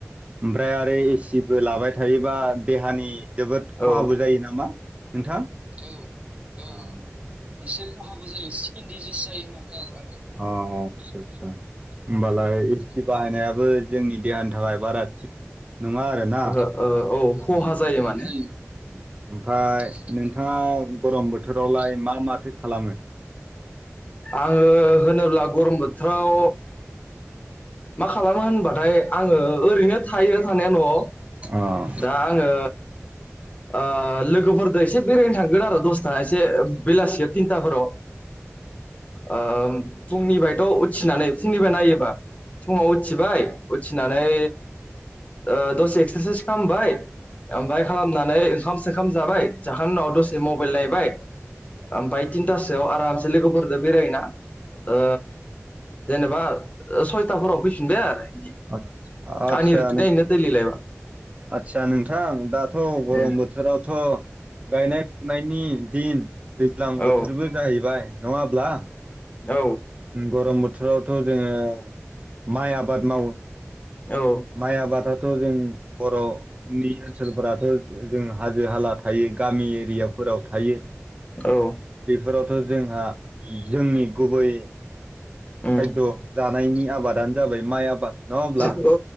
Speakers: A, on the right (about 25°); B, on the left (about 30°).
A: ओनफ्राय आ ओइ एसिबो लाबाय थायोबा देहानि जोबोद खहाबो
B: औ
A: जायो नामा नोंथां औ औ एसे खहाबो जायो स्किन देजिस होननाय खोनादों ब। आंङो अ आतसा आतसा आ हबालाय एसि बाहायनाया बो जोंनि देहानि थाखाय बारा थिग नंङा आरो ना
B: ओहो
A: औ खहा
B: ओ औ माने
A: जायो माने ओमफ्राय नोंथां नोंथाङा गरम बोथोरावलाय मा माथो खालामो?
B: आङो होनोब्ला गरम बोथोराव मा खालामो होनबाथाय आङो ओरैनो थायो थानाया न'
A: अ
B: दा आङो ओ लोगोफोरजों एसे बेरायनो थांगोन आरो दसथा एसे बेलासियाव तिनथाफोराव। ओ फुंनिफ्रायथ' उथिनानै फुंनिफ्राय नायोबा फुङाव उथिबाय उथिनानै ओ दसे एक्सारसाइस खालामबाय ओमफ्राय खालामनानै ओंखाम सोखाम जाबाय जाखांनायनि उनाव दसे मबाइल नायबाय ओमफ्राय थिनथासोआव आरामसे लोगोफोरजों बेरायोना ओ जेनेबा सयथाफोराव फैफिनबाय आरो बिदि
A: आ आतसा
B: आंनि रुटिन जायोना दैलि लाइफआ
A: आतसा नोंथां दाथ' गरम
B: उम
A: बोथोरावथ' गायनाय फुनायनि दिन दैज्लां बोथोरबो
B: औ
A: जाहैबाय नङाब्ला
B: औ
A: गरम बो बोथोरावथ' जोङो माइ आबाद मावो
B: औ
A: माइ आबादा थ' जों बर'नि ओनसोलफोराथ' जों हाजो हाला थायो गामि एरियाफोराव थायो।
B: औ
A: बिफोराव जोंहा जोंनि गुबै
B: उम
A: खायद' जा जानायनि आबादानो जाबाय माइ आबाद। न' अब्ला
B: औ